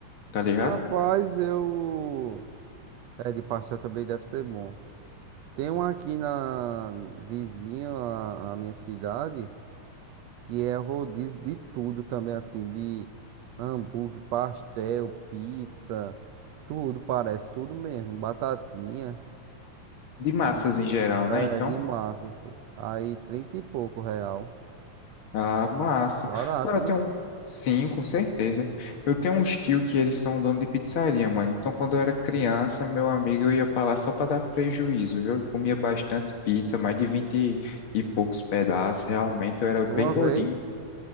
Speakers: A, on the left; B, on the right.
A: tá ligado?
B: Rapaz, eu... É, de pastel também deve ser bom. Tem um aqui na vizinha à à minha cidade que é rodízio de tudo também, assim, de hambúrguer, pastel, pizza, tudo parece, tudo mesmo, batatinha
A: De massas
B: e
A: em geral,
B: é
A: né? Então,
B: de massas. Aí 30 e pouco real.
A: a massa.
B: Barato,
A: Agora eu
B: né?
A: tenho. um- Sim, com certeza. Eu tenho uns tio que eles são dono de pizzaria, mano. Então, quando eu era criança, meu amigo, eu ia pra lá só pra dar prejuízo, viu? Eu comia bastante pizza, mais de 20 e poucos pedaços. Realmente, eu era
B: De
A: bem
B: uma
A: gordinho
B: vez?
A: e